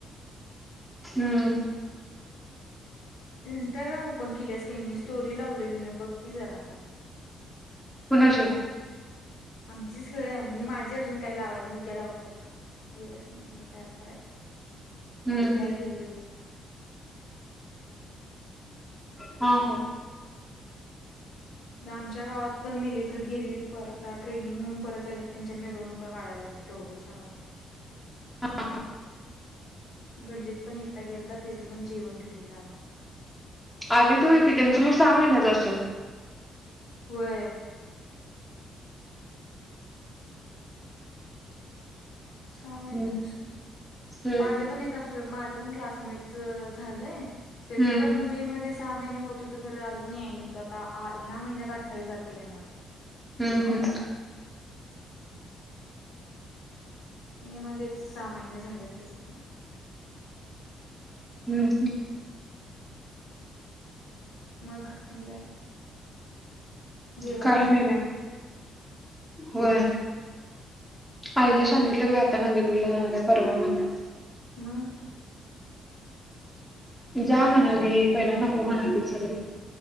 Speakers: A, in the centre; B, on the left (about 70°).
A: हम्म
B: इंस्टाग्राम ओपन केल्यास की नाही, स्टोरी लावलीय मी ना बघ की जरा.
A: कोणाची?
B: आमचीच ग, मी माझे अजून काही लावाय नाही उद्या लावतो आता वेळच नाही मला तयार कराय,
A: हम्म
B: फिराय गेलेलो.
A: हा हा
B: आमच्या गावात पण मिलिटरीत गेलेली आता ट्रेनिंग होऊन परत आल्या त्यांच्या मिरवणुका काढायल्या. केवढंशा काय
A: हा
B: गल्लीत पण एकटा गेलता तिथे पण जेवण ठेवलेलं आज
A: आली तर होती, त्यांचं मग सहा महिन्याच असेल.
B: होय सहा
A: हम्म
B: महिन्याचचं की,
A: हम्म
B: माझ्या पण एका फ्रें माझ्या पण क्लासमेटच अ झालंय त्याचं
A: हम्म
B: पण मे मध्ये सहा महिने होत होतं, खरं अजून यायनाहीत आता आ ह्या महिन्यात तो अठ्ठावीस तारखेला येणार आहे.
A: हम्म हम्
B: मे मध्येचं सहा महिने झालेत त्याच पण
A: हम्म हम्म
B: मग, आणि काय? जेवायलास
A: कायम
B: का
A: येऊदे.
B: काय
A: होय.
B: ह
A: आईला
B: ह
A: सांगितलोय बाई आता नंदेकुडिला जाणार आहे परवा म्हणून
B: म
A: जा म्हणाली पहिला नको म्हणालतीत सगळी